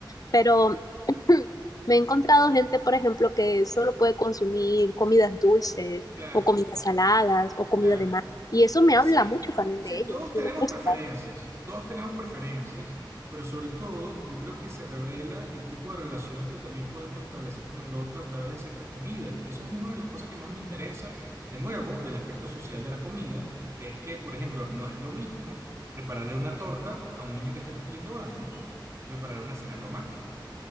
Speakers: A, on the left; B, on the right.
A: pero <clears throat> me he encontrado gente, por ejemplo, que solo puede consumir comidas dulces
B: Claro,
A: o comidas saladas o comida
B: claro.
A: de mar. Y eso me
B: Sí,
A: habla mucho también
B: sí,
A: de ellos
B: todos tenemos
A: y me gusta.
B: preferencias, todos tenemos preferencias, pero sobre todo yo creo que se revela el tipo de relación que también podemos establecer con el otro a través de ciertas comidas, que eso es una de las cosas que más me interesa, de nuevo, del aspecto social de la comida, que es que, por ejemplo, no es lo mismo prepararle una torta a un niño que está cumpliendo años que preparar una cena romántica.